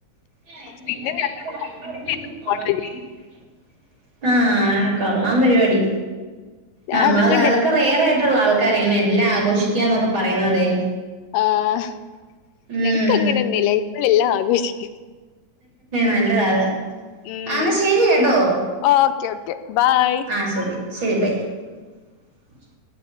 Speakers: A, on the right; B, on the left.
A: <unintelligible>
B: പിന്നെ ഞങ്ങള്
A: ആഹ്‌ കൊള്ളാം പരിപാടി നമ്മളത്
B: അതും കൊണ്ട്
A: അതൊക്കെ റെയർ ആയി ട്ട് ആൾക്കാര ഇങ്ങനെ എല്ലാം ആഘോഷിക്കന്നൊക്കെ പറയുന്നതെ.
B: ആഹ്‌
A: ഉം
B: ഞങ്ങക്ക് അങ്ങനൊന്നുല്ല ഇവ്ടെല്ലാം ആഘോഷിക്കും.
A: നല്ലതാത്.
B: ഉം
A: ആ ന്നാ ശരി കേട്ടോ
B: ഓക്കെ ഓക്കെ ബൈ
A: ആ ശരി ശരി ബൈ. <inaudible>